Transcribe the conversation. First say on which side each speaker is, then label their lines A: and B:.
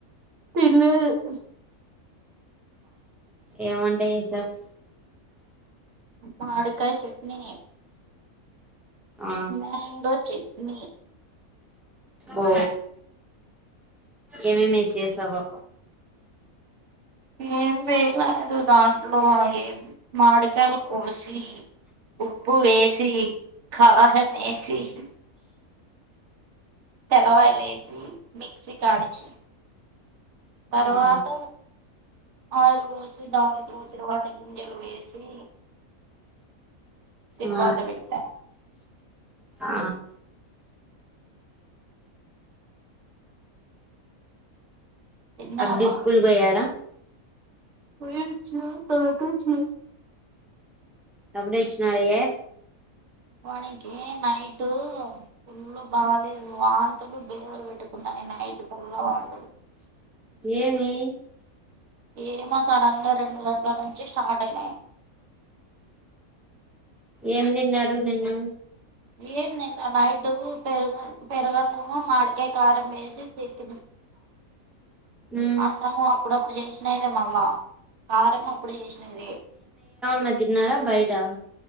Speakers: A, on the right; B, in the centre.
A: లేదు
B: ఏమంటాయి ఈసాబ్
A: మామిడికాయ చట్నీ
B: ఆ
A: మ్యాంగో చట్నీ
B: బఓ ఏమెమి ఏసి చేశావో
A: ఏం వేయలేదు దాంట్లో ఏం మాడికాయలు కోసి ఉప్పు వేసి కారం వేసి సి తెల్లవాయిలు వేసి మిక్సీ కానిచ్చ తర్వాత
B: ఆ
A: ఆయిలు పోసి దాంట్లో తరువాత గింజలు వేసి తిరువాత
B: ఆ
A: పెట్టా
B: ఆ
A: తిన్నావా
B: అబ్బ స్కూల్గాయాడా
A: పోయచ్చ తలకాచ్చ
B: అప్పుడచ్చనాలయే
A: వానికి నైట్ ఫుల్ బాగాలేదు వాంతులు బేగురు పెట్టుకున్నాయ నైట్ చల వాడుదలు
B: ఏమి
A: ఏమో సడన్ గా రెండు గంటల నుంచి స్టార్ట్ అయినాయి
B: ఏం తిన్నాడు నిన్ను
A: ఏం ని నైడు పెరు పెరుగు అన్నం <unintelligible>
B: మ్మ్
A: అంటము అప్పుడప్పుడు చేసినాయిదే మళ్ళా కారంమ అప్పుడు చేసినద
B: మా తిినదా బయటా